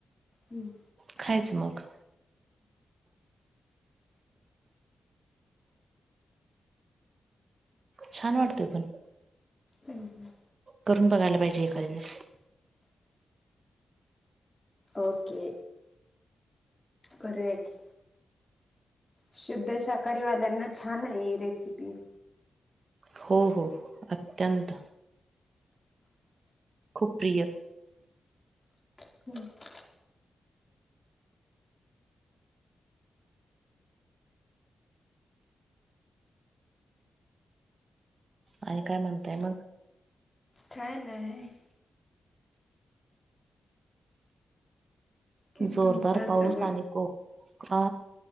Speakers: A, on the left; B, on the right.
A: हम्म
B: खायच मग. छान वाटत पण
A: हम्म
B: करून बघायला पाहिजे एकाद दिवस.
A: ओके. करूया की. शुद्ध शाकाहारी वाल्यांना छान आहे ही रेसिपी.
B: हो हो अत्यंत. खूप प्रिय.
A: <unintelligible>
B: आणि काय म्हणताय मग?
A: काय नाही. की
B: जोरदार
A: तुमच्या
B: पाऊस
A: जवळ
B: आणि को--फा